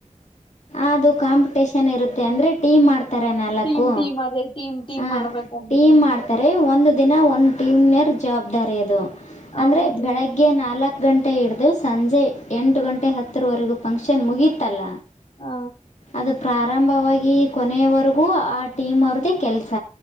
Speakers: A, on the left (about 65°); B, on the left (about 45°).
A: ಅದು ಕಾಂಪಿಟೇಷನ್ ಇರುತ್ತೆ ಅಂದ್ರೆ ಟೀಮ್ ಮಾಡ್ತ. ಥರ ನಾಲ್ಕು.
B: ಟೀಮ್ ಟೀಮ್ ಅದೇ ಟೀಮ್ ಟೀಮ್
A: ಹ
B: ಮಾಡ್ಬೇಕಂತೆ
A: ಟೀಮ್ ಮಾಡ್ತಾರೆ ಒಂದು ದಿನ ಒಂದ್ ಟೀಮ್ನರ್. ಜವಾಬ್ದಾರಿ ಅದು
B: ಹೌದು
A: ಅಂದರೆ ಬೆಳಗ್ಗೆ ನಾಲ್ಕು. ಗಂಟೆ ಹಿಡಿದು ಸಂಜೆ ಎಂಟು ಗಂಟೆ ಹತ್ತರವರೆಗೂ ಫಂಕ್ಷನ್ ಮುಗಿಯಿತಲ್ಲ.
B: ಆ,
A: ಅದು ಪ್ರಾರಂಭವಾಗಿ ಕೊನೆಯವರೆಗೂ ಆ ಟೀಮ್ ಅವ್ರ್ದೇ ಕೆಲ್ಸ.